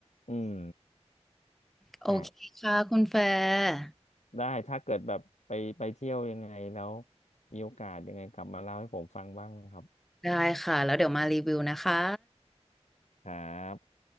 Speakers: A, on the left; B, in the centre.
A: อืม
B: โอเคค่ะคุณแฟร์
A: ฮะได้ถ้าเกิดแบบไปไปเที่ยวยังไงแล้วมีโอกาสยังไงกลับมาเล่าให้ผมฟังบ้างนะครับ
B: ได้ค่ะแล้วเดี๋ยวมารีวิวนะคะ
A: ครับ